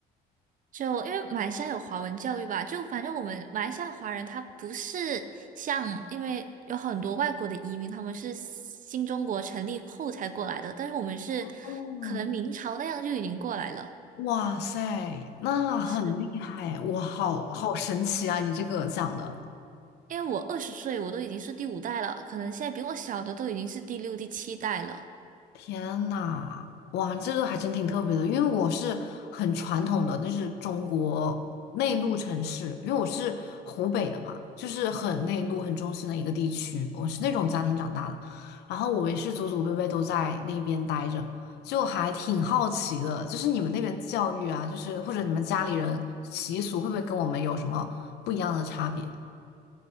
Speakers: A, on the right (about 50°); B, on the left (about 80°).
A: 就因为马来西亚有华文教育吧，就反正我们马来西亚华人他不是像，因为有很多外国的移民，他们是新中国成立后才过来的，但是我们是
B: 哦，
A: 可能明朝那样就已经过来了，
B: 哇塞，那很厉害，
A: 是
B: 哇，好好神奇啊！你这个讲的。
A: 因为我二十岁我都已经是第五代了，可能现在比我小的都已经是第六、第七代了，
B: 天呐，哇，这个还真挺特别的，因为我是很传统的，就是中国内陆城市，因为我是湖北的嘛，就是很内陆、很中心的一个地区，我是那种家庭长大的，然后我也是祖祖辈辈都在那边待着，就还挺好奇的，就是你们那边教育啊，就是或者你们家里人习俗会不会跟我们有什么不一样的差别？